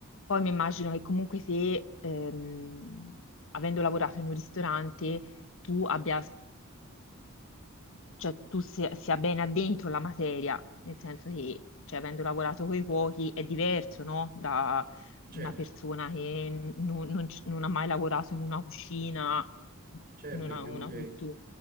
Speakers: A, on the left; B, on the right.
A: Poi mi immagino che comunque se, ehm, avendo lavorato in un ristorante, tu abbia, cioè tu sia, sia ben addentro la materia, nel senso che, cioè, avendo lavorato con i cuochi è diverso, no? Da
B: Certo,
A: una persona che non, non ci- non ha mai lavorato in una cucina,
B: certo,
A: non
B: perché
A: ha una
B: comunque
A: cultura.